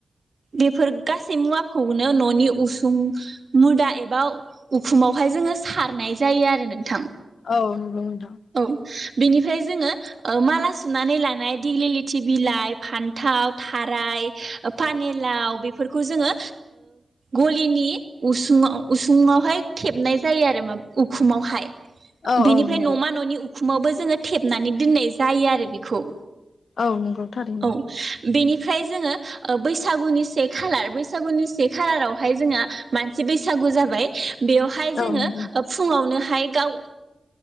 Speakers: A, on the right; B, on the left.
A: बेफोर गासै मुवाखौनो ननि उसुं मुदा एबा उखुमावहाय जोङो सारनाय जायो आरो नोंथां
B: औ नंगौ <inaudible>
A: औ बेनिफ्राय जोङो माला सुनानै लानाय दिग्लिलथि बिलाइ फान्थाव थाराय पानिलाव बेफोरखौ जोङो गलिनि उसुङाव उसुङावहाय थेबनाय जायो आरो उखुमावहाय
B: औ औ
A: बेनिफ्राय
B: नंगौ
A: न'मा न'नि उखुमावबो जोङो थेबनानै दोननाय जायो आरो बेखौ
B: औ नंगौ थारैनो
A: औ बेनिफ्राय जोंङो ओ बैसागुनि से खालार बैसागुनि से खालारावहाय जोंहा मानसि बैसागु जाबाय। बेवहाय जोंङो
B: औ नंगौ
A: ओ फुङावनो हाइगाव